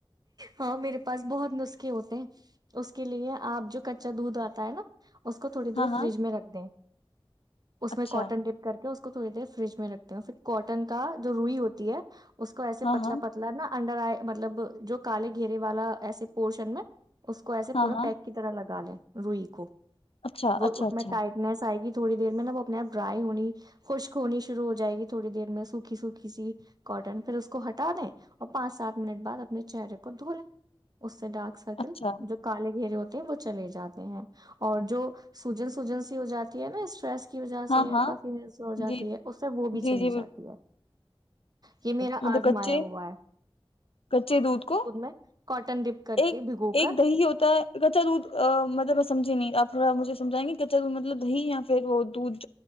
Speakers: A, on the right; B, on the left.
A: ہاں میرے پاس بہت نسخے ہوتے ہیں اس کے لیے آپ جو کچا دودھ آتا ہے نا اس کو تھوڑی
B: ہاں
A: دیر
B: ہاں
A: فریج میں رکھ دیں اس
B: اچھا
A: میں کاٹن ٹپ کر کے اس کو تھوڑی دیر فریج میں رکھتے ہیں پھر کاٹن کا جو روئی ہوتی ہے اس کو
B: ہاں
A: پتلا
B: ہاں
A: پتلا نہا انڈر آئے مطلب جو کالے گھیرے والا ایسے پورشن میں اس کو ایسے
B: ہاں
A: پورا
B: ہاں
A: پیک کی طرح لگ گالیں روئی کوو
B: اچھا
A: وہ
B: اچھا
A: اس
B: اچھا
A: میں ٹائٹنیس آئے گی تھوڑی دیر میں نا وہ اپنے آپ ڈرائی ہونی خشک ہونی شروع ہو جائے گ تھوڑی دیر میں سوکھی سوکھی سی کوٹن پھر اس کو ہٹا دیں اور پانچ سات منٹ بعد اپنے چہرے کو دھو لیں اس سے ڈارک سرکل
B: اچھا
A: جو کاالل گرے ہوتا وہ چلے جاتے ہیں اور جو سوجن سوجن سی ہو جاتی ہے نا اسٹریس کے کی وجہ
B: ہاں
A: سے
B: ہاں
A: کافی م ہو جاتی
B: جی
A: ہے اس سے وہ بھی
B: جی
A: چلی
B: جی
A: جاتی ہے یہ میرا
B: مطب
A: آزمایا
B: کچے
A: ہوا ہے
B: کچے دودھ کو
A: میں کاٹن ڈپ کر
B: ایک
A: کے بھگو
B: ایک
A: کر
B: دہی ہوتا ہے کچا دودھ مطلب میں سمجھی نہیں آپ تھوڑا مجھے سمجائیں گے کچا مطلب دی یا پھر وہ تو